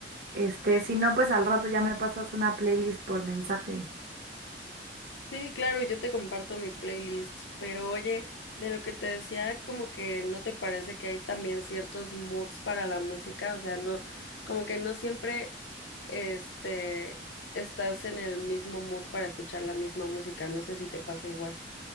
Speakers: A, on the right (about 55°); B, on the left (about 70°).
A: Este, si no, pues al rato ya me pasas una playlist por mensaje.
B: Sí, claro, yo te comparto mi playlist, pero oye, de lo que te decía, como que no te parece que hay también ciertos moods para la música, o sea, no, como que no siempre, este, estás en el mismo mood para escuchar la misma música, no sé si te pasa igual.